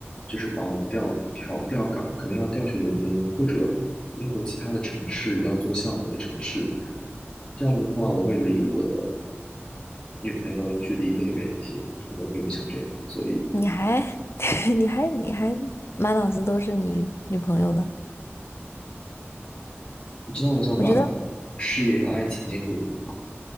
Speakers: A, on the left (about 20°); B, on the left (about 65°).
A: 就是把我调调调岗，可能要调去伦敦或者英国其他的城市要做项目的城市。这样子的话，我会离我的女朋友距离更远一些，但我并不想这样，所以
B: 你还，<laughs> 你还，你还满脑子都是你女朋友的。
A: 我知道我想把
B: 我觉得，
A: 事业和爱情兼顾的很好，